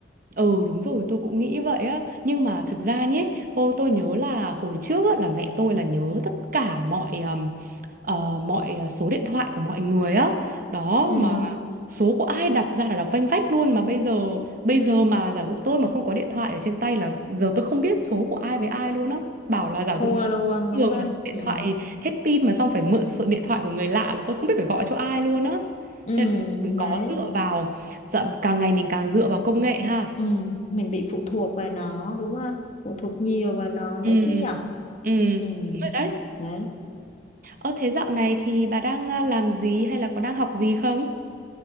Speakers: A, on the right (about 50°); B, on the left (about 40°).
A: Ừ đúng rồi tôi cũng nghĩ vậy á Nhưng mà thực ra nhé Hồi tôi nhớ là hồi trước á, là mẹ tôi là nhớ tất cả mọi um, ờ, Mọi số điện thoại của mọi người á Đó
B: Ừ,
A: mà số của ai đọc ra là đọc vanh vách luôn Mà bây giờ bây giờ mà giả dụ tôi mà không có điện thoại ở trên tay là Giờ tôi không biết số của ai với ai luôn á Bảo là giả
B: thua
A: dụ mà
B: luôn
A: trường
B: đúng không?
A: mà xong điện
B: Ừ,
A: thoại hết pin Mà xong phải mượn số điện thoại của người lạ là tôi không biết phải gọi cho ai luôn á
B: ừ
A: Nên là đúng là mình có
B: đấy,
A: dựa vào dạ, càng ngày mình càng dựa vào công nghệ ha
B: ừ, mình bị phụ thuộc vào nó đúng không? Phụ thuộc nhiều vào nó nữa
A: Ừ,
B: chứ nhở?
A: ừ,
B: Ừ,
A: đúng rồi đấy.
B: đấy.
A: Ờ thế dạo này thì bà đang à, làm gì hay là có đang học gì không?